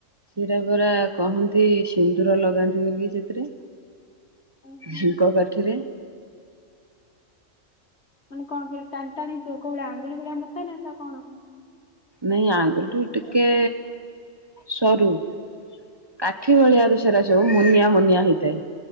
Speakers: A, on the right; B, on the left.
A: ସିରା ପରା କହନ୍ତି ସିନ୍ଦୁର ଲଗାନ୍ତି ବୋଲି ସେଥିରେ
B: ଓହୋ
A: ଝିଙ୍କ କାଠିରେ
B: ମାନେ କଣିବ ଟାଣି ତ କେଉଡା ଆଙ୍ଗୁଳି ଭଳିଆ ମୋଟା ନତା କଣ
A: ନାଇଁ ଆଙ୍ଗୁଠିରୁୁ ଟିକେ ସରୁ କାଠି ଭଳିଆରେ ସେଟା ସବୁ ମୁନିଆ ମୁନିଆ ହେଇଥାଏ।